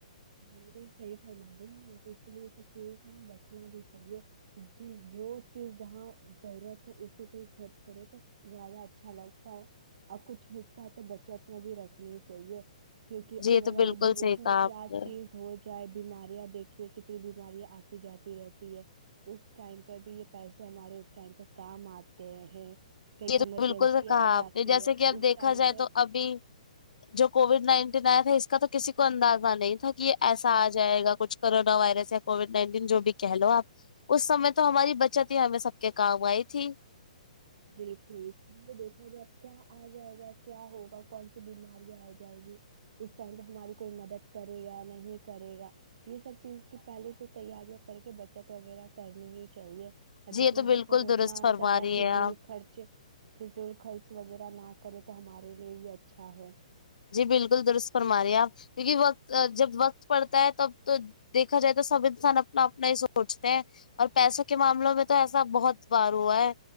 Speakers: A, on the right; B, on the left.
A: بالکل صحیح فرما رہی ہوں تو اس لیے تو چائے بچنے بھی چائے ج جو چیز جہاں ضرورت ہے پہ خرچ کرے تو زیادہ اچھا لگتا ہے اور کچھ حصہ تو بچت میں بھی رکھنی ہی چاہیے کیونکہ
B: جی یہ
A: آنے
B: تو
A: والے
B: بالکل
A: بھشیہ
B: صحیح کہا
A: میں
B: آپ
A: کیا
B: نے
A: چیز ہو جائے بیماریاں دیکھیے کتنی بیماریاں آتی جاتی رہتی ہے اس ٹائم پر بھی یہ پیسے ہمارے اس ٹائم پر کام آتے ہیں کہیں
B: یہ تو
A: ایمرجنسی
B: بالکل کہا
A: آ جاتی
B: آپ نے جیسے
A: ہے
B: کہ
A: تو
B: اب
A: اس
B: دیکھا
A: ٹائم
B: جائے
A: پر
B: تو ابھی جو کووڈ نائنٹین آیا تھا اس کا تو کسی کو اندازہ نہیں تھا کہ ایسا آ جائے گا کچھ کرونا وائرس یا کووڈ نائنٹین جو بھی کہہ لو آپ اس سمے تو ہماری بچت ہی ہمیں سب کے کام آئی تھی
A: بالکل دیکھا جائے اب کیا آ جائے گا کیا ہوگا کون سی بیماریں آ جائے گی اس ٹائم پہ ہماری کوئی مدد کرے گا نہیں کرے گا یہ سب چیز کی پہلے سے تیاریاں کر کے بچت وغیرہ کرنی ہی چاہیے
B: جی
A: جتنا
B: یہ تو بالکل
A: ہو سکے
B: درست
A: اتنا
B: فرما
A: زیادہ
B: رہی
A: فضول
B: ہے آپ
A: خرچ فضول خرچ وغیرہ نہ کرے تو ہمارے لیے ہی اچھا ہے
B: جی بالکل درست فرما رہے آپ کیونکہ وقت جب وقت پڑتا ہے تب تو دیکھا جائے تو سب انسان اپنا اپنا ہی سوچتے ہیں اور پیسوں کے معاملوں میں تو ایسا بہت بار ہوا ہے